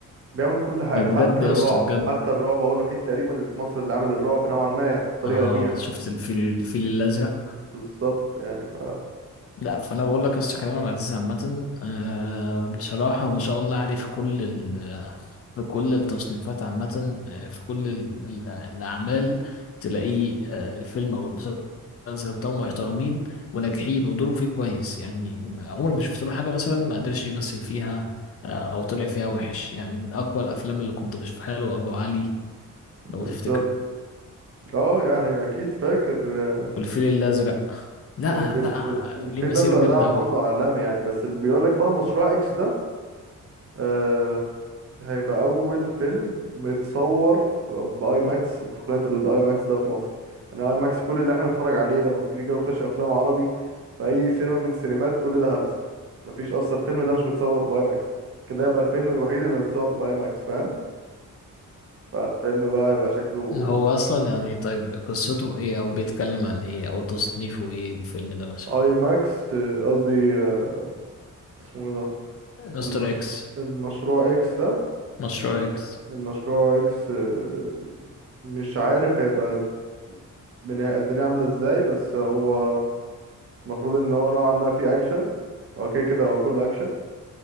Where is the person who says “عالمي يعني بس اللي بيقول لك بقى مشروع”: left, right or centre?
Right